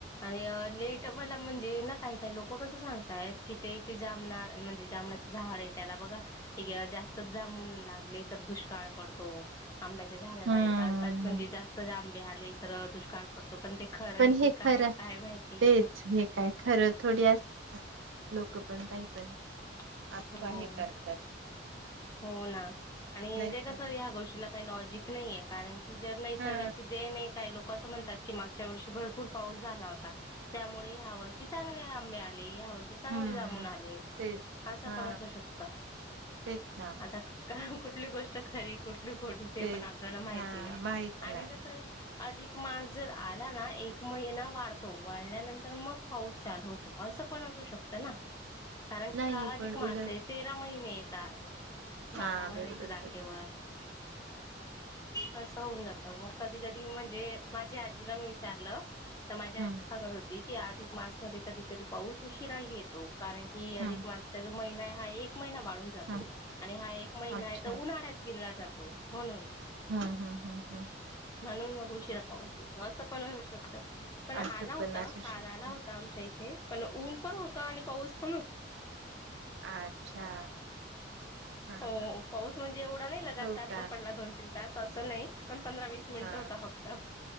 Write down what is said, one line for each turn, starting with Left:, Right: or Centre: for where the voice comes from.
Left: आणि अ लेट मला म्हणजे ना काही काही लोकं कसं सांगतायत कि इथे इथे जामणा म्हणजे जांभळाचं झाड आहे त्याला बघा, एक जास्त जांभळं लागले तर दुष्काळ पडतो. आंब्याच्या झाडाला
Right: हम्म
Left: ए अ म्हणजे जास्त आंबे आले तर दुष्काळ पडतो पण ते खरंय
Right: पण
Left: की
Right: हे
Left: काय
Right: खरं
Left: काय माहिती
Right: तेच हे काय खरं थोडी अस लोकं पण काही पण
Left: हो,
Right: अफवा हे करतात
Left: हो ना आणि
Right: नाही
Left: ते
Right: का
Left: कसं ह्या गोष्टीला काय लॉजिक नाहीे कारण की जर नैसर्गाची
Right: हा
Left: देण आहे काय लोकं असं म्हणतात की मागच्या वर्षी भरप भरपूर पाऊस झाला होता, त्यामुळे ह्या वर्षी चांगले आंबे आल ले या वर्षी चांगले
Right: हम्म
Left: जामून आले.
Right: तेच
Left: असं
Right: हा
Left: पण असू शकतं.
Right: तेच ना
Left: आता कुठली गोष्ट खरी कुठ ली खोटी ते
Right: तेच
Left: पण आपल्याला माहिती
Right: हा
Left: नाही
Right: माहित नाही.
Left: आणि कसं आहे अधिक मास जर आला ना एक महिना वाढतो वाढल्यानंतर मग पाऊस चालू होतो अस तसं पण असू शकतं ना
Right: नाही
Left: कि हा अधिक
Right: पण उलट
Left: मास आहे तेरा महिने येतात. बारा
Right: हा
Left: महिन्याच्या
Right: बरोबर
Left: जागेवर.
Right: बर
Left: तसं होऊन जात मग कधी कधी म्हणजे माझ्या आजीला मी विचारलं तर माझ्या
Right: हम्म
Left: आजी सांगत होती की अधिक मास मध्ये कधी कधी पाऊस उशिराही येतो कारण की अधिक
Right: हम्म
Left: मासचा जो महिना हाय हा एक महिना वाढून जातो
Right: हम्म
Left: आणि हा एक महिना
Right: अच्छा
Left: उन्हाळ्यात गीनला जातो म्हणून
Right: हम्म हम हम ह
Left: म्हणून मग उशिरा पाउस येतो, असं पण होऊ शकतं पण आला
Right: असं
Left: होता
Right: पण असू शकते.
Left: काल आला होता आमच्या इथे पण ऊन पण होता आणि पाऊस <inaudible>
Right: अच्छा हा
Left: हो,
Right: हा हा
Left: पाऊस म्हणजे एवढा नाही लगातार
Right: हो का
Left: तो पडला दोन तीन तास असं नाही पण पंधरा वीस मिनिटं
Right: हा
Left: होता फक्त